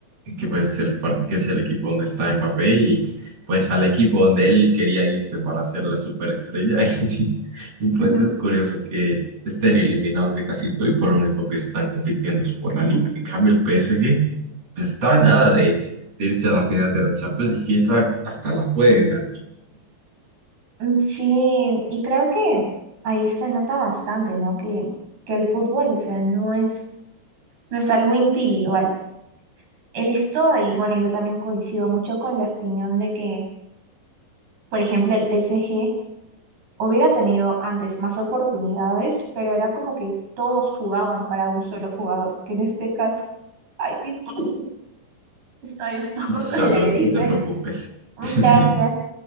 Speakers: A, on the right; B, on the right.
A: Que, pues el, par- que es el equipo donde está Mbappé y pues al equipo donde él quería irse para ser la superestrella. <laughs> Y,
B: <laughs>
A: pues es curioso que estén eliminados de casi todo y por lo único que están compitiendo es por la liga. En cambio el PSG pues, está a nada de, de irse a la final de la Champions y quién sabe, hasta la puede ganar.
B: Mm, Sí, y creo que ahí se nota bastante, ¿no? Que, que el fútbol, o sea, no es, no es algo individual. He visto, y bueno, yo también coincido mucho con la opinión de que, por ejemplo, el PSG hubiera tenido antes más oportunidades, pero era como que todos jugaban para un solo jugador, que en este caso, ay, disculpe, <laughs> estoy un poco con
A: Salud,
B: la gripe.
A: no te preocupes.
B: Gracias.
A: <laughs>